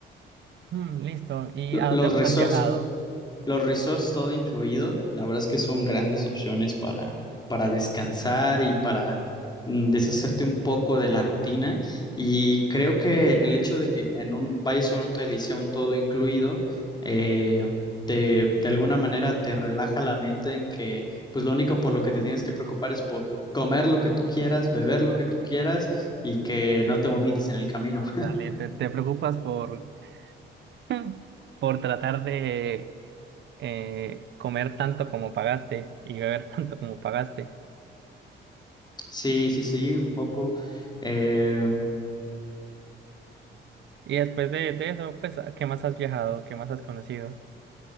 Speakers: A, on the right; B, on the left.
A: mm, listo. ¿Y
B: Lo-
A: a
B: Los
A: dónde más
B: resorts
A: has viajado?
B: Los resorts todo incluido, la verdad es que son grandes opciones para, para descansar y para mm, deshacerte un poco de la rutina. Y creo que el hecho de que en un vayas a un hotel y sea un todo incluido, eh, te, de alguna manera te relaja la mente en que pues lo único por lo que te tienes que preocupar es por comer lo que tú quieras, beber lo que tú quieras y que no te vomites en el camino. <laughs>
A: Dale, te, te preocupas por, <laughs> por tratar de eh, comer tanto como pagaste y beber <laughs> tanto como pagaste.
B: Sí, sí, sí, un poco. em,
A: Y después de, de eso, pues, ¿a ¿qué más has viajado? ¿Qué más has conocido?